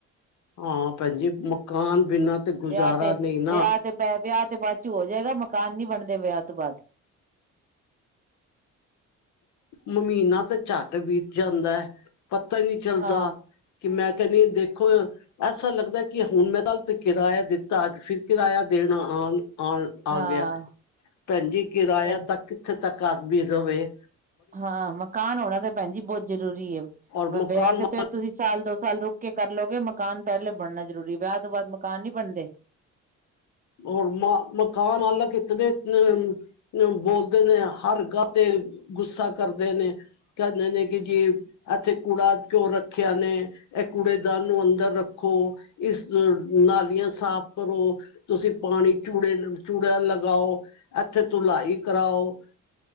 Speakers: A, on the left; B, on the right.
A: ਹਾਂ ਭੈਣ ਜੀ ਮਕਾਨ ਬਿਨਾਂ ਤੇ ਗੁਜ਼ਾਰਾ
B: ਵਿਆਹ ਤੇ
A: ਨਹੀਂ ਨਾ।
B: ਵਿਆਹ ਤੇ ਪੈ ਵਿਆਹ ਤੇ ਬਾਅਦ ਚ ਹੋ ਜਾਏਗਾ ਮਕਾਨ ਨੀ ਬਣਦੇ ਵਿਆਹ ਤੋਂ ਬਾਅਦ
A: ਮਮੀਨਾ ਤੇ ਝੱਟ ਬੀਤ ਜਾਂਦਾ ਐ। ਪਤਾ ਹੀ ਨਹੀਂ ਚੱਲਦਾ
B: ਹਾਂ
A: ਕਿ ਮੈਂ <unintelligible> ਦੇਖੋ, ਐਸਾ ਲੱਗਦਾ ਕਿ ਹੁਣ ਮੈਂ ਕੱਲ ਕਿਰਾਇਆ ਦਿੱਤਾ। ਅੱਜ ਫਿਰ ਕਿਰਾਇਆ ਦੇਣਾ ਆਣ, ਆਣ
B: ਹਾਂ
A: ਆ ਗਿਆ। ਭੈਣ ਜੀ ਕਿਰਾਇਆ
B: ਭੈਣ
A: ਤਾਂ ਕਿੱਥੇ ਤੱਕ ਆਦਮੀ ਦਵੇ।
B: ਹਾਂ ਮਕਾਨ ਹੋਣਾ ਤੇ ਭੈਣ ਜੀ ਬਹੁ ਜ਼ਰੂਰੀ ਹੈ।
A: ਔਰ
B: ਮੈਂ
A: ਮਕਾਨ
B: ਵਿਆਹ ਤੇ ਫੇਰ ਤੁਸੀਂ ਸਾਲ ਦੋ ਸਾਲ ਰੁਕ ਕੇ ਕਰਲੋਗੇ। ਮਕਾਨ ਪਹਿਲੇ ਬਣਨਾ ਜ਼ਰੂਰੀ, ਵਿਆਹ ਤੋਂ ਬਾਅਦ ਮਕਾਨ ਨੀ ਬਣਦੇ।
A: ਹੋਰ ਮ ਮਕਾਨ ਮਾਲਕ ਇਤਨ ਅ ਬੋਲਦੇ ਨੇ ਹਰ ਗੱਲ ਤੇ ਗੁੱਸਾ ਕਰਦੇ ਨੇ, ਕਹਿੰਦੇ ਨੇ ਕਿ ਜੀ, ਇੱਥੇ ਕੂੜਾ ਕਿਉ ਰੱਖਿਆ ਨੇ? ਇਹ ਕੂੜੇਦਾਨ ਨੂੰ ਅੰਦਰ ਰੱਖੋ। ਇਸ ਨਾਲੀਆਂ ਸਾਫ਼ ਕਰੋ। ਤੁਸੀਂ ਪਾਣੀ ਚੂੜੇ ਚੂੜਾ ਲਗਾਓ, ਇੱਥੇ ਧੁਲਾਈ ਕਰਾਓ,